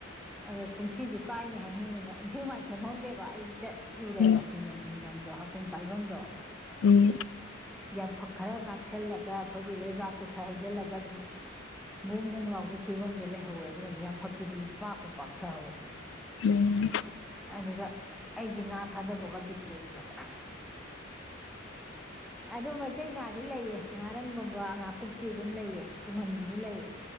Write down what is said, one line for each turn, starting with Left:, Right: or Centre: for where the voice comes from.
Centre: ꯑꯗꯣ ꯀꯨꯝꯁꯤꯁꯨ ꯀꯥꯏꯅꯤ ꯍꯥꯏꯅꯤꯅ ꯏꯟꯊꯤ ꯃꯥꯏ ꯁꯦꯝꯍꯧꯗꯦꯕ ꯑꯩ ꯆꯠ ꯂꯨꯔꯦꯕ
Left: ꯎꯝ
Centre: ꯊꯤꯡꯉꯟ ꯊꯤꯡꯐꯝꯗꯣ ꯍꯥꯀꯨꯝ ꯀꯥꯏꯐꯝꯗꯣ
Left: ꯎꯝ
Centre: ꯌꯥꯝꯐꯛ ꯈꯔ ꯉꯥꯛꯁꯜꯂꯒ ꯑꯩꯈꯣꯏꯒꯤ ꯂꯩꯕꯥꯛꯇꯨ ꯈꯔ ꯍꯩꯖꯤꯜꯂꯒ ꯑꯗꯨꯝ ꯕꯣ ꯕꯣꯡ ꯂꯥꯎꯕꯒꯤ ꯐꯤꯕꯝꯗ ꯂꯩꯍꯧꯋꯦꯕ ꯅ ꯌꯥꯝ ꯐꯛꯇꯨꯗꯤ ꯄꯥꯛꯄꯨ ꯄꯥꯛꯊꯍꯧꯔꯦ
Left: ꯎꯝ
Centre: ꯑꯗꯨꯗ ꯑꯩꯁꯦ ꯉꯥ ꯊꯥꯗꯕꯒ ꯕꯤꯠ ꯂꯩꯇ꯭ꯔꯕ ꯑꯗꯨ ꯃꯩꯇꯩ ꯉꯥꯗꯤ ꯂꯩꯑ ꯉꯥꯔꯪꯒꯨꯝꯕ ꯉꯥꯀꯨꯞꯇꯤ ꯑꯗꯨꯝ ꯂꯩꯑ ꯇꯨꯡꯍꯟꯕꯤꯁꯨ ꯂꯩꯑ